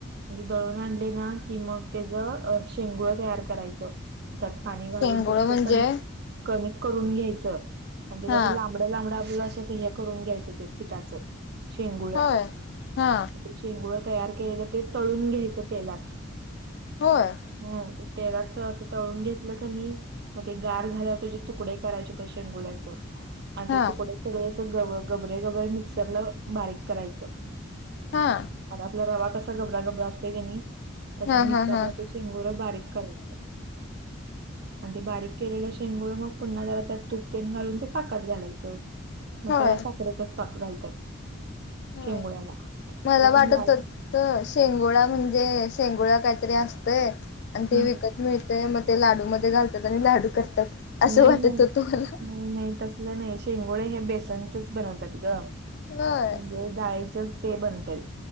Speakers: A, on the right; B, on the left.
A: म्हणजे दळून आणले ना की मग त्याचं शेंगुळ तयार करायचं. त्यात पाणी घालून
B: शेंगोळ
A: ते
B: म्हणजे
A: क कनिक करून घ्यायचं. आणि
B: हा
A: ते अस लांब लांबड लांबडं आपलं असं हे करून घ्यायचं ते पिठाचं. शेंगुळ
B: होय. हा.
A: शेंगुळ तयार केलेलं ते तळून घ्यायचं तेलात.
B: होय.
A: हा तेलात असं तळून घेतलं कनी मग ते गार झाल्यावर तीजे तुकडे करायचे त्या शेंगुळ्याच. आणि
B: हा
A: ते तुकडे सगळे अस ग गबरे गबरे मिक्सरला बारीक करायचं.
B: हा.
A: आता आपला रवा कसा गबरा गबरा असतोय क नी. तस
B: हा
A: मिक्सर
B: हा हा
A: ला शेंगुर बारीक करायच. आणि ते बारीक केलेला शेंगोळ मग पुन्हा जरा त्यात तुपतेन घालून ते पाकात घालायचं. मग
B: होय
A: त्याला साखरेचाच पाक घालत्यात.
B: होय
A: शेंगोळ्याला.
B: मला
A: हे
B: वाटत
A: पण लाव
B: होत शेंगोळा म्हणजे शेंगोळा काहीतरी असतय‌. आणि
A: हम्म
B: ते विकत मिळत. मग ते लाडूमध्ये घालतात. आणि लाडू करतात. असं
A: नाही
B: वाटत
A: नाही‌.
B: होतं मला
A: नाही नाही तसलं नाही शेंगोळे हे बेसनचच बनवतात ग.
B: व्हय.
A: ते डाळीचच ते बनतयं.